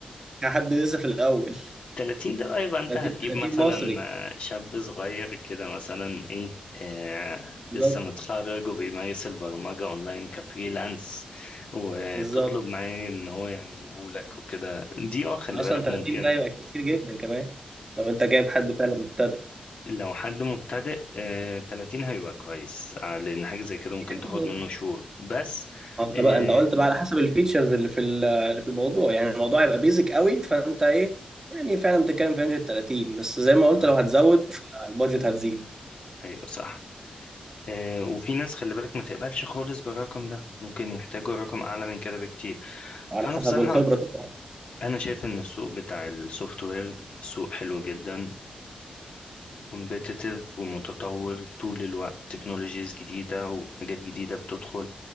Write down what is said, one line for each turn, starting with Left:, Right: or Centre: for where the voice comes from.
Right: كحد لسه في الاول
Left: تلاتين ده بقى يبقى أنت
Right: 30
Left: هتجيب
Right: 30
Left: مثلا
Right: مصري
Left: آه، شاب صغير كده مثلا إيه آه
Right: بالظبط
Left: لسه متخرج وبيمارس البرمجة أونلاين كفريلانس وتطلب
Right: بالظبط
Left: معاه إن هو يعمله لك وكده دي أه خلي
Right: اصلا
Left: بالك
Right: 30
Left: ممكن
Right: ده يبقى كتير جدا كمان لو انت جايب حد فعلا مبتدئ
Left: لو حد مبتدئ آه، 30 هيبقى كويس آه، لأن حاجة زي كده ممكن
Right: يعني
Left: تاخد منه شهور بس
Right: ما انت
Left: آه،
Right: بقى انت قلت بقى على حسب الفيتشرز اللي في ال- اللي في الموضوع يعني الموضوع هيبقى بيزك قوي فانت ايه يعني فعلا بتتكلم في رينج ال 30 بس زي ما قلت
Left: اه
Right: لو هتزود فالبادجت هتزيد
Left: ايوه صح آه وفي ناس خلي بالك ما تقبلش خالص بالرقم ده ممكن يحتاجوا رقم اعلى من كده بكتير
Right: على
Left: فانا
Right: حسب
Left: بصراحه
Right: الخبره طبعا
Left: انا شايف ان السوق بتاع السوفت وير سوق حلو جدا كومبيتيتيف ومتطور طول الوقت تكنولوجيز جديده وحاجات جديده بتدخل